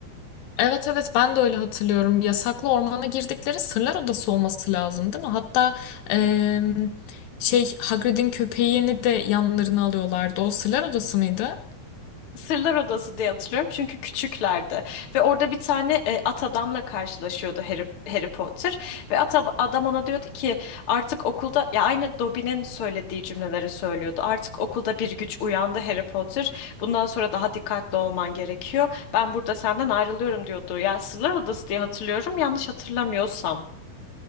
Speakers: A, on the left; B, on the left.
A: Evet evet ben de öyle hatırlıyorum. Yasaklı ormana girdikleri Sırlar Odası olması lazım değil mi? Hatta em, şey Hagrid'in köpeğini de yanlarına alıyorlardı. O Sırlar Odası mıydı?
B: Sırlar Odası diye hatırlıyorum çünkü küçüklerdi ve orada bir tane e, at adamla karşılaşıyordu Harry, Harry Potter ve at ab- adam ona diyordu ki artık okulda ya aynı Dobby'nin söylediği cümleleri söylüyordu. Artık okulda bir güç uyandı Harry Potter. Bundan sonra daha dikkatli olman gerekiyor. Ben burada senden ayrılıyorum diyordu. Ya Sırlar Odası diye hatırlıyorum yanlış hatırlamıyorsam.